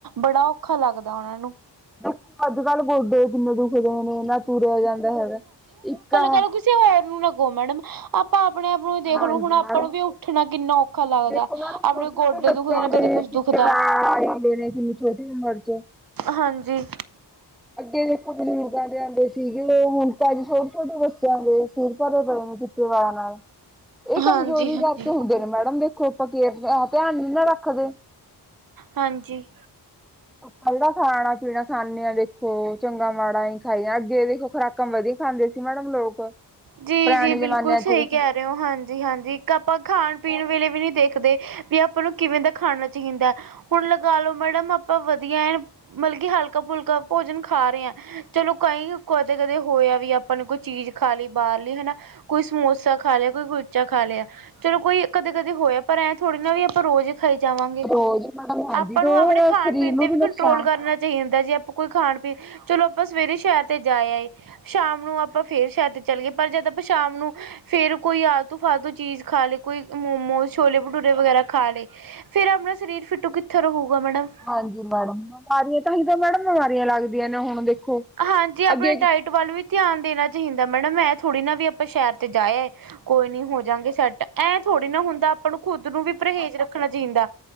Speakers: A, on the right (about 50°); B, in the centre.
A: ਬੜਾ ਔਖਾ ਲੱਗਦਾ ਉਹਨਾਂ ਨੂੰ
B: ਦੇਖੋ ਅੱਜ-ਕੱਲ ਗੋਡੇ ਕਿੰਨੇ ਦੁਖਦੇ ਨੇ, ਨਾ ਤੁਰਿਆ ਜਾਂਦਾ ਹੈਗਾ, ਇੱਕ ਐ
A: ਚਲੋ ਕਿਸੇ ਹੋਰ ਨੂੰ ਨਾ ਕਹੋ ਮੈਡਮ ਆਪਾਂ ਆਪਣੇ ਆਪ ਨੂੰ ਦੇਖ
B: ਹਾਂਜੀ
A: ਲਓ ਹੁਣ ਆਪਾਂ
B: ਮੈਡਮ,
A: ਨੂੰ ਵੀ ਉੱਠਣਾ ਕਿੰਨਾ ਔਖਾ ਲੱਗਦਾ
B: ਦੇਖੋ ਮੈਡਮ
A: ਆਪਣੇ
B: ਛੋਟੇ -ਛੋਟੇ
A: ਗੋਡੇ
B: ਬੱਚੇ
A: ਦੁਖਦੇ ਨੇ ਕਦੇ
B: ਦੀ
A: ਕੁਛ
B: ਚਿਕ
A: ਦੁਖਦਾ
B: ਤੇ ਹਾਂ ਕਿੰਨੀ ਛੋਟੀ ਉਮਰ 'ਚ
A: ਹਾਂਜੀ
B: ਅੱਗੇ ਦੇਖੋ ਬਜ਼ੁਰਗਾਂ ਦੇ ਆਉਂਦੇ ਸੀਗੇ, ਮੈਂ ਹੁਣ ਤਾਂ ਅ ਛੋਟੇ- ਛੋਟੇ ਬ ਬੱਚਿਆਂ ਦੇ ਸਿਰ ਭਰੇ ਪਏ ਨੇ ਚਿੱਟੇ ਵਾਲਾਂ ਨਾਲ ਇਹ ਕਮਜ਼ੋਰੀ
A: ਹਾਂਜੀ ਹਾਂਜੀ
B: ਕਰਕੇ ਹੁੰਦੇ ਨੇ, ਮੈਡਮ ਦੇਖੋ ਆਪਾਂ ਕੇਅਰ ਧਿਆਨ ਨੀ ਨਾ ਰੱਖਦੇ।
A: ਹਾਂਜੀ
B: ਆਪਾਂ ਜਿਹੜਾ ਖਾਣਾ ਪੀਣਾ ਖਾਂਦੇ ਆਂ ਦੇਖੋ, ਚੰਗਾ ਮਾੜਾ ਈ ਖਾਈਏ, ਅੱਗੇ ਦੇਖੋ ਖੁਰਾਕਾਂ ਵਧੀ ਖਾਂਦੇ ਸੀ ਮੈਡਮ ਲੋਕ ਪੁਰਾਣੇ
A: ਜੀ- ਜੀ ਬਿਲਕੁਲ
B: ਜ਼ਮਾਨਿਆਂ
A: ਸਹੀ
B: ਚ ਦੇਖੋ
A: ਕਹਿ ਰਹੇ ਓ, ਹਾਂਜੀ- ਹਾਂਜੀ ਇੱਕ ਆਪਾਂ ਖਾਣ -ਪੀਣ ਵੇਲੇ ਵੀ ਨਹੀਂ ਦੇਖਦੇ। ਵੀ ਆਪਾਂ ਨੂੰ ਕਿਵੇਂ ਦਾ ਖਾਣਾ ਚਾਂਹੀਦਾ, ਹੁਣ ਲਗਾ ਲੋ ਮੈਡਮ ਆਪਾਂ ਵਧੀਆ ਐ ਬਲਕਿ ਹਲਕਾ- ਫੁਲਕਾ ਭੋਜਨ ਖਾ ਰਹੇ ਆਂ ਚਲੋ ਕੌਈ, ਕਦੇ- ਕਦੇ ਹੋਇਆ ਵੀ ਆਪਾਂ ਨੇ ਕੋਈ ਚੀਜ਼ ਖਾ ਲਈ ਬਾਹਰਲੀ ਹਨਾ, ਕੋਈ ਸਮੋਸਾ ਖਾ ਲਿਆ ਕੋਈ ਕੁਛ ਕੁਲਚਾ ਖਾ ਲਿਆ, ਚਲੋ ਕੋਈ ਕਦੇ-ਕਦੇ ਹੋਇਆ, ਪਰ ਐ ਥੋੜ੍ਹੀ ਨਾ ਵੀ ਆਪਾਂ ਰੋਜ਼ ਖਾਈ ਜਾਵਾਂਗੇ,
B: ਰੋਜ਼ ਮੈਡਮ ਹਾਂਜੀ
A: ਆਪਾਂ
B: ਰੋਜ਼
A: ਨੂੰ ਆਪਣੇ ਖਾਣ
B: ਸਰੀਰ
A: ਪੀਣ
B: ਨੂੰ
A: ਤੇ ਵੀ
B: ਨੁਕਸਾਨ
A: ਕੰਟਰੋਲ ਕਰਨਾ ਚਾਈਦਾ ਜੇ ਕੋਈ ਖਾਣ ਪੀਣ, ਚਲੋ ਆਪਾਂ ਸਵੇਰੇ ਸ਼ੈਰ ਤੇ ਜਾ ਆਏ, ਸ਼ਾਮ ਨੂੰ ਆਪਾਂ ਫੇਰ ਸ਼ੈਡ ਚੱਲ ਗਏ, ਪਰ ਜਦ ਆਪਾਂ ਸ਼ਾਮ ਨੂੰ ਫਿਰ ਕੋਈ ਆਲਤੂ- ਫਾਲਤੂ ਚੀਜ਼ ਖਾ ਲਏ ਕੋਈ ਮੋਮੋਸ ਛੋਲੇ ਭਟੂਰੇ ਵਗੈਰਾ ਖਾ ਲਏ, ਫਿਰ ਆਪਣਾ ਸਰੀਰ ਫਿੱਟੋ ਕਿੱਥੋਂ ਰਹੂਗਾ ਮੈਡਮ
B: ਹਾਂਜੀ ਮੈਡਮ, ਬਿਮਾਰੀਆਂ ਤਾਂਹੀ ਤਾਂ ਮੈਡਮ ਬਿਮਾਰੀਆਂ ਲੱਗਦੀਆਂ ਨੇ ਹੁਣ ਦੇਖੋ
A: ਹਾਂਜੀ ਆਪਣੇ
B: ਅੱਗੇ
A: ਡਾਇਟ ਵੱਲ ਵੀ ਧਿਆਨ ਦੇਣਾ ਚਾਈਦਾ ਮੈਡਮ, ਐੰ ਥੋੜ੍ਹੀ ਨਾ ਵੀ ਆਪਾਂ ਸ਼ਹਿਰ ਤੇ ਜਾ ਆਏ ਕੋਈ ਨੀ ਹੋ ਜਾਂਗੇ ਸੈੱਟ, ਐੰ ਥੋੜ੍ਹੀ ਨਾ ਹੁੰਦਾ ਆਪਾਂ ਨੂੰ ਖੁੱਦ ਨੂੰ ਵੀ ਪਰਹੇਜ਼ ਰੱਖਣਾ ਚਾਹੀਦਾ।